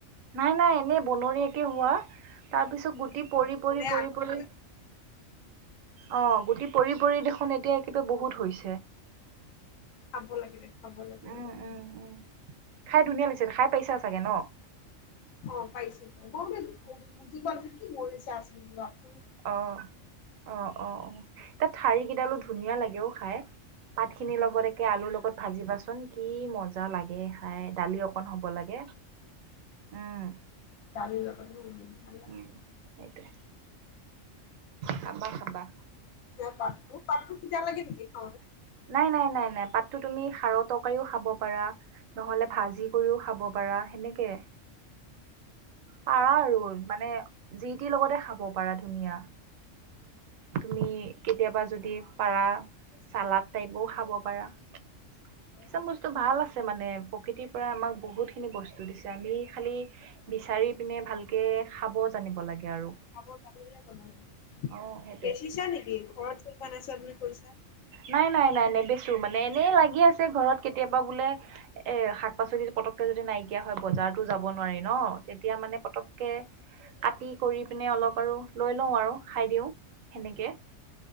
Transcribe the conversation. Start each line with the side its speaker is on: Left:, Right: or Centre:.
Right: নাই নাই এনে বনৰ কিৱা তাৰ পিছত গুটি পৰি পৰি
Left: মানে
Right: পৰি
Left: আগতে
Right: পৰি অ, গুটি পৰি, পৰি দেখো এতিয়া একেবাৰে বহুত হৈছে
Left: খাব লাগে দে, খাব লাগে
Right: উম
Left: এই
Right: উম উম খাই ধুনীয়া লাগিছে খাই পাইছা চাগে ন
Left: অ পাইছে বাৰু কিবা কি কৰিছে আছিল যোৱা
Right: অ অ অ অ, এতিয়া ঠাৰি কেইডালো ধুনীয়া লাগেও খাই, পাত খিনিৰ লগত একে আলুৰ লগত ভাজিবাচোন কি মজা জা লাগে খাই দালি অ হ'ব লাগে। উম।
Left: দালি লগত উ ভাল লাগে
Right: উম, সেইটোৱে। খাবা, খাবা।
Left: পাতবোৰ তিতা লাগে নেকি খাওতে
Right: নাই নাই নাই নাই পাতটো তুমি সাৰ তকাৰিও খাব পাৰা নহলে ভাজি কৰিও খাব পাৰা সেনেকে পাৰা আৰু মানে জি টিৰ লগতে খাব পাৰা ধুনীয়া তুমি কেতিয়াবা যদি পাৰা চালাত তাইপো খাব পাৰা ।
Left: অ',
Right: কিছুমান বস্তু ভাল আছে মানে প্ৰকৃতিৰ পৰা আমাক বহুত খিনি বস্তু দিছে আমি । খালি বিচাৰি পিনে ভালকে খাব জানিব লাগে। আৰু।
Left: খাব পাব,
Right: অ সেইটোৱে।
Left: বেছিছা নেকি? ঘৰত <unintelligible> বনাইছা বোলে।‌ কৈছা।
Right: নাই! নাই! নাই! নেবেচোঁ, মানে এনেই লাগি আছে ঘৰত কেতিয়াবা বোলে, এ শাক পাচলি পতককে যদি নাইকিয়া হয় বজাৰতো যাব নোৱাৰি ন। তেতিয়া মানে পতক কে কাটি কৰি পিনে অলপ আৰু, লৈ লওঁ আৰু খাই দিওঁ সেনেকে।